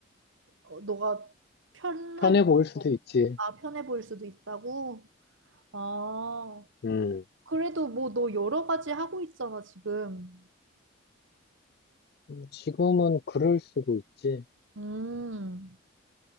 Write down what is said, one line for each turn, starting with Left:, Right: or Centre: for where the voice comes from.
Right: 어, 너가 편하게,
Left: 편해 보일 수도 어, 있지.
Right: 아, 편해 보일 수도 있다고? 아,
Left: 음,
Right: 그래도 뭐 너 여러 가지 하고 있잖아, 지금.
Left: 음, 지금은 글을 쓰고 있지.
Right: 음,